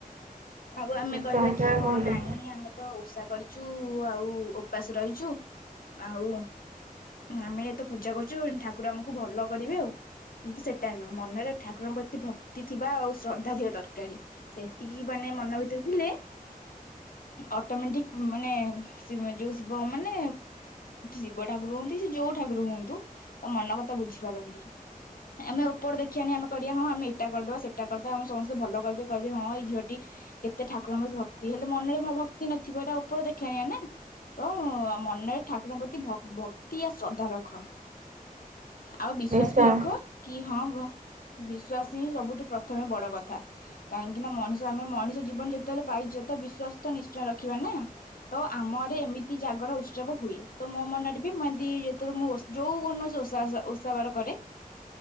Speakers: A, on the left; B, on the right.
A: ଆଉ ଆମେ
B: ନିଶ୍ଚୟ
A: କହିବା
B: ନିଶ୍ଚୟ
A: କି ହଁ
B: କହିଲୁ
A: ନାଇଁ ଆମେ ତ ଉଷା କରିଛୁ ଆଉ ଉପାସ ରହିଛୁ ଆଉ ଆମେ ଏ ତ ପୂଜା କରୁଛୁ ଠାକୁ ଠାକୁର ଆମକୁ ଭଲ କରିବେ ଆଉ କିନ୍ତୁ ସେଟା ନୁହଁ ମନରେ ଠାକୁରଙ୍କ ପ୍ରତି ଭକ୍ତି ଥିବା ଆଉ ଶ୍ରଦ୍ଧା ଥିବା ଦରକାରୀ ସେତିକି ମାନେ ମନ ଭିତରେ ଥିଲେ ଅଟୋମେଟିକ ମାନେ ଯୋଉ ଶିବ ମାନେ ଶିବ ଠାକୁର ହୁଅନ୍ତି ସେ ଯୋଉ ଠାକୁର ହୁଅନ୍ତୁ ତ ମନ କଥା ବୁଝିପାରନ୍ତି ଆମେ ଉପର ଦେଖିଆଣି ଆମେ କହିଆ ହଁ ଆମେ ଏଇଟା କରିଦବା ସେଟା କରିଦବା ଆମେ ସମସ୍ତେ ଭଲ କହିବେ କହିବେ ହଁ ଏଇ ଝିଅଟି କେତେ ଠାକୁରଙ୍କ ପ୍ରତି ଭକ୍ତି ହେଲେ ମନରେ ଭକ୍ତି ନଥିବ ଏଇଟା ଉପର ଦେଖିଆଣିଆ ନା ତ ମନରେ ଠାକୁରଙ୍କ ପ୍ରତି ଭକ୍ତି ଆ ଶ୍ରଦ୍ଧା ରଖ। ଆଉ ବିଶ୍ଵାସ
B: ନିଶ୍ଚୟ
A: ବି ରଖ କି ହଁ ବିଶ୍ଵାସ ହିଁ ସବୁଠୁ ପ୍ରଥମେ ବଡ କଥା କାହିଁକି ନା ମଣିଷ ଆମେ ମଣିଷ ଜୀବନ ଯେତେବେଳେ ପାଇଛେ ତ ବିଶ୍ୱାସ ତ ନିଶ୍ଚୟ ରଖିବା ନା ତ ଆଡ଼େ ଏମିତି ଜାଗର ଉତ୍ସବ ହୁଏ ତ ମୋ ମନରେ ବି ମୁ ଏମତି ଯେତେବେଳେ ମୁଁ ଓଷା ଯୋଉ କୌଣସି ଓଷା ଓଷାବାର କରେ